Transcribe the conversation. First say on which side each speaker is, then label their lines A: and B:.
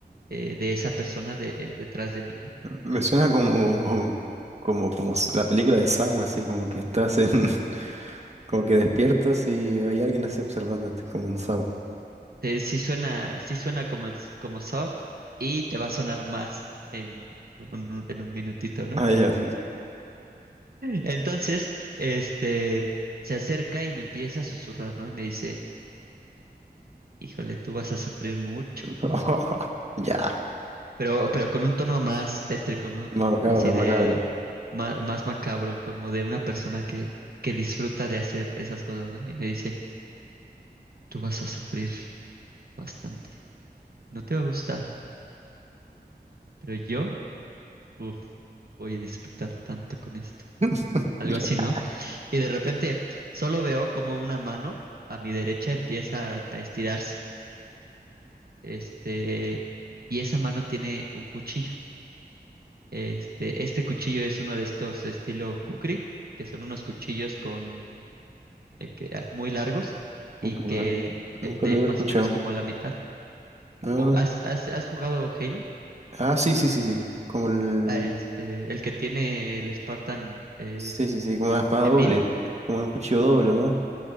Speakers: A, on the right; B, on the right.
A: eh, de esa persona de- eh, detrás de mí, ¿no?
B: Me suena como, como, como s- la película de Saw, así como que estás en, <laughs> como que despiertas y hay alguien así observándote, como en Saw.
A: Eh, sí suena, sí suena como el, como Saw y te va a sonar más en, un- en un minutito, ¿no?
B: Ah, ya.
A: Entonces, este, se acerca y me empieza a susurrar, ¿no? Y me dice, híjole, tú vas a sufrir mucho.
B: <laughs> Ya.
A: Pero, pero con un tono más tétrico, ¿no? Tú,
B: Más macabro,
A: así de
B: macabro.
A: ma- más, macabro, como de una persona que, que disfruta de hacer esas cosas, ¿no? Y me dice, tú vas a sufrir bastante. No te va a gustar, pero yo, uff, voy a disfrutar tanto con esto.
B: <laughs>
A: Algo
B: Ya,
A: así, ¿no? Y de repente solo veo como una mano a mi derecha empieza a a estirarse Este, y esa mano tiene un cuchillo. Este, este cuchillo es uno de estos estilo kukri, que son unos cuchillos con eh, que, ah, muy largos
B: ok,
A: y que
B: no, nunca
A: eh, de
B: lo había
A: más
B: escuchado.
A: o menos como a la mitad.
B: No,
A: Co- ¿Has, has- has jugado Halo?
B: Ah, sí, sí, sí, sí. Como el.
A: Ah, Este, el que tiene el Spartan eh,
B: Sí, sí, sí, como una espada
A: Emil.
B: doble. Como un cuchillo doble, ¿no?